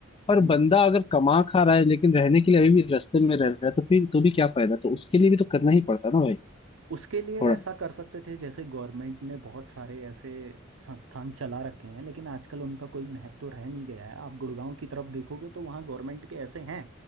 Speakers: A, on the left (about 25°); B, on the right (about 70°).
A: पर
B: हम्म
A: बंदा अगर कमा खा रहा है लेकिन रहने के लिए अभी भी रास्ते में रह रहा है तो फिर तो भी क्या फायदा तो उसके लिए भी तो करना ही पड़ता ना भाई
B: उसके लिए
A: थोड़ा
B: ऐसा कर सकते थे जैसे गवर्नमेंट ने बहुत सारे ऐसे संस्थान चला रखे हैं लेकिन आजकल उनका कोई महत्व रह नहीं गया है आप गुड़गांव की तरफ देखोगे तो वहाँ गवर्नमेंट के ऐसे हैं